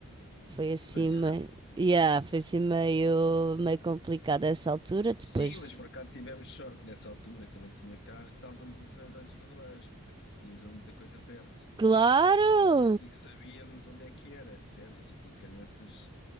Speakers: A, on the right; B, on the left.
A: Foi assim
B: Pois
A: meio.
B: era.
A: Yeah, foi assim meio, meio complicado essa altura. Depois.
B: Sim, mas por acaso tivemos sorte nessa altura que eu não tinha carro, estávamos a São António dos Cavaleiros, porque tínhamos ali muita coisa perto,
A: Claro!
B: tá? e que sabíamos onde é que era, percebes? A gente em Caneças